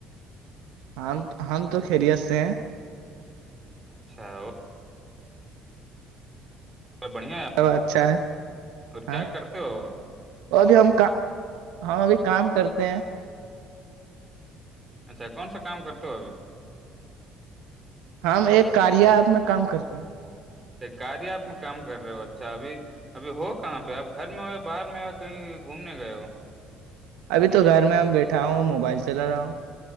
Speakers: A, on the right (about 70°); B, on the right (about 20°).
A: ہم ہم تو خلی آستے ہیں <unintelligible>
B: اچھا اور <unintelligible> بڑھیا ہے
A: اب اچھا ہے
B: اور
A: ہاں
B: کیا کرتے ہو
A: اور ابھی ہم کا ہم ابھی کام کرتے ہیں
B: اچھا کون سا کام کرتے ہو ابھی
A: ہم ایک کاریا آپ میں کام کرتے ہیں
B: کیا آپ میں کام کر رہے ہو اچھا ابھی ابھی ہو کہاں پہ اب گھر میں ہو یا باہر میں کہیں گھومنے گیا <unintelligible>
A: ابھی تو گھر میں بیٹھا ہوں اور موبائل چلا رہا ہوں